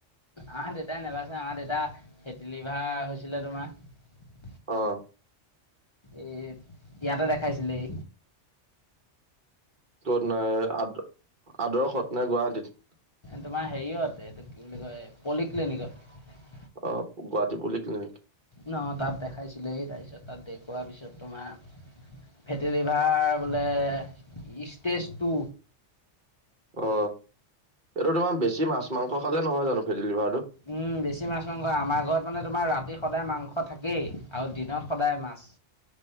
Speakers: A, on the left (about 25°); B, on the right (about 45°).
A: আমা দেতাই নেবাচে, আমা দেতা ফেটি লিভাৰ হৈছিলে তোমাৰ।
B: অ'।
A: এ ইয়াতে দেখাইছিলেই।
B: ত'ত নাই, আ-আদৰ্শত নাই গুৱাহাটীত।
A: তোমাৰ হেইয়ত, এটো কি বুলি কয় পলিক্লিনিকত।
B: অ' গুৱাহাটী পলিক্লিনিক।
A: ন তাত দেখাইছিলে এ তাপিছত তাত দেখওুৱা পিছত তোমা ফেট লিভাৰ বোলে, ষ্টেজ টু।
B: অ এইটো তোমাৰ বেছি মাছ মাংস খালে নহয় জানো। ফেটি লিভাৰটো
A: উম বেছি মাছ মাংস আমাৰ ঘৰত মানে তোমাৰ ৰাতি সদায় মাংস থাকেই আৰু দিনত সদায় মাছ।